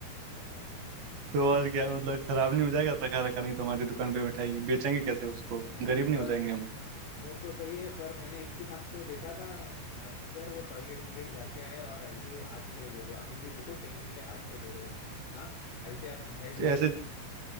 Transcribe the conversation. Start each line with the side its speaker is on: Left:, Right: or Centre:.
Left: वाह, वाह, वाह, वाह।
Right: तो और क्या मतलब खराब नहीं हो जाएगा रखा रखा नहीं तो हमारी दुकान पे मिठाई बेचेंगे कैसे उसको
Left: नहीं
Right: गरीब
Left: पर
Right: नहीं हो जाएंगे हम
Left: वो तो सही है पर मैंने एक दिन आपको देखा था आप किधर वो टॉयलेट विलेट जाके आए और ऐसे ही हाथ से दे रहे हो अभी भी देखो टेस्ट के लिए हाथ से दे रहे हो हाँ ऐसे आप मिठाई
Right: तो
Left: दोगे
Right: ऐसे